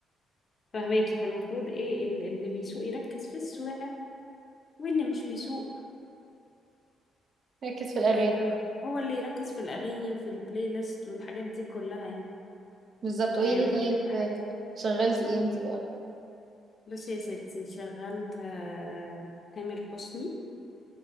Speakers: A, on the left; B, on the right.
A: فهماكي فالمفروض ايه ال- اللي بيسوق يركز في السواقه واللي مش بيسوق
B: ركز في الاغاني
A: آه هو اللي يركز في الاغاني وفي البلاي ليست والحاجات دي كلها يعني
B: بالظبط
A: ما
B: قولي
A: هيعملوا
B: لي طيب
A: كل حاجه
B: آه، شغلتي ايه انتي بقى
A: بصي يا ستي شغلت آه، تامر حسني